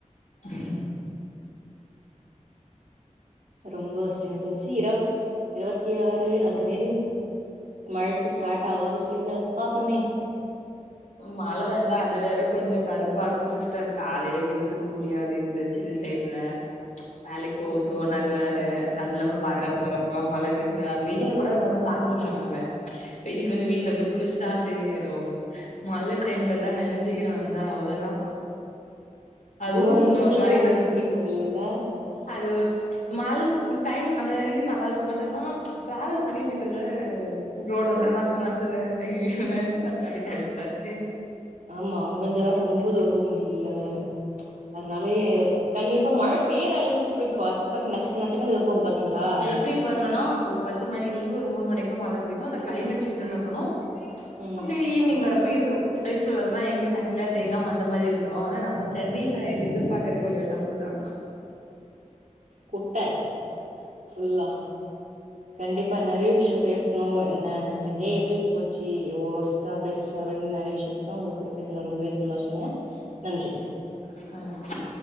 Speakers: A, on the left; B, on the right.
A: ஹ
B: ரொம்ப வொஸ்ட்டு எனக் தெரிஞ்சி இருவத் இருவத்தி ஆறு அதுமாரி மழைக்கு ஸ்டார்ட் ஆகு அப்டி சொல்லிர்க்காரு பாப்பமே
A: மழ வேந்தா அது வேறக் கொஞ்சோ கடுப்பா இருக்கு சிஸ்டர் காலைல எழுந்துக்க முடியாது இந்த ஜில் டைம்ல வேலைக் போகத் தோணாது வேர் இப்பே அது இல்லாம வரப் போறப்பலாம் மழ பெஞ்சா வெயில கூட இப்பலா தாங்கில்லா நம்ப வெயில்க்கு வந்து வீட்ல வந்து குளிச்டா சரி ஆய்டு மழ டைம்ல எல்லா நெனஞ்சிகினு வந்தா அவ்ளதா அதுவு
B: ஒவ்வொருத்தங்களுக்கு
A: கொஞ்சோ ஒரு மாரினா
B: ஒவ்வொன்னு பிடிக்கும் இல்லல்ல?
A: அது ஒருப் மழ டைம் அந்த இது நல்லா இருக்கும் பட் ஆனா டிராவெல் பண்ணி போயிட்டு வர ரோடு எல்லா நச நசனு ஐய்யோ நெனச்சு பாத் கடு கடுப்பாருக்
B: ஆமா உங்குள்து வேற் ரொம்ப தூரம் மில்ல வேற அதனாலயே கண்டிப்பா மழப் பேயர அழைப்பு புடிக்கு அதுக்கப்றோ நச்சக்கு நச்சக்குனு இருக்கும் பாத்தீங்ளா
A: இப்டி வர்ணுனா ஒரு பத்து மணிலந்து ஒரு மூனு மணிக்கு மழ பெய்னு அந்த கிளைமேட் சில்லுனு இக்குனு
B: ம்
A: அப்டி ஈவினிங் வரப்ப இருக்கும் எப்டி சொல்றதுனா எங்கியு தண்ணிலாத் தேங்காவு அந்த மாரி இருக்கணு ஆனா நம்ம சென்னைல இது எதிர்பாக்கற்து கொஞ்சோ தப்புதா
B: குட்ட ஃபுல்லா கண்டிப்பா நெறைய விஷ்யோ பேச்னோ என்ன அந்த டே எப்டிப் போச்சி ஒஸ்டா பெஸ்டா அப்டின் நெறைய விஷ்யம் பேச் னோ உங்க கூட பேச்னுதல ரொம்பவே சந்தோஷங்க நன்றி
A: நன்றி